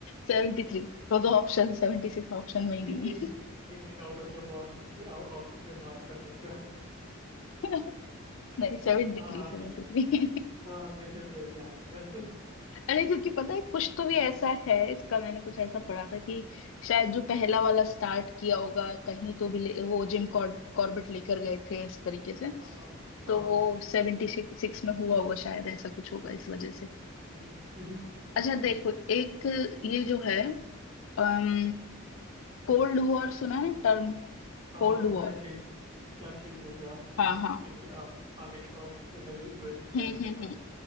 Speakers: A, on the left; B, on the right.
A: 73 तो तो दो ऑप्शन 76 ऑप्शन में ही नहीं
B: Thinking
A: है
B: thinking out of the box Option के बाहर का सोचो <laughs>
A: <laughs> नहीं 73
B: हाँ
A: 73
B: हाँ वैसे सही आंसर <laughs>
A: अरे क्योंकि पता है कुछ तो भी ऐसा है इसका मैंने कुछ ऐसा पढ़ा था कि शायद जो पहला वाला स्टार्ट किया होगा कहीं तो भी ले, वो जिम कॉर, कॉर्बेट लेकर गए थे इस तरीके से
B: हाँ हाँ हाँ
A: तो
B: हाँ
A: वो सेवेंटी सिक्स में हुआ होगा शायद ऐसा कुछ होगा इस वजह से
B: हम्म,
A: अच्छा देखो एक ये जो है अम कोल्ड वॉर सुना है टर्म
B: <laughs> हाँ
A: Cold
B: हाँ पता
A: war
B: है शीत या शीत युद्ध या
A: हाँ हाँ
B: इंडिया अमेरिका और यूएस
A: हम्म
B: यूएसएसआर
A: हम्म हम्म
B: का